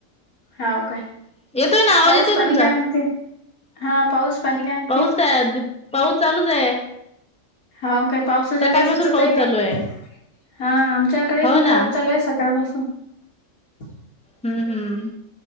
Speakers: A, on the left; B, in the centre.
A: हाव काय?
B: येतोय ना आवाज
A: पाऊस
B: येतोय
A: पाणी
B: तुमचा
A: काय म्हणते? हा पाऊस- पाणी काय म्हणते
B: पाऊस काय, आ -पाऊस चालूच आहे.
A: हाव का? पाऊस
B: सकाळपासून
A: जाने सुचतही
B: पाऊस चालू
A: नाही.
B: आहे
A: हा, आमच्याकडेही
B: हो ना
A: पाऊस चालू आहे सकाळपासूनच. हा.
B: हम् हम्म.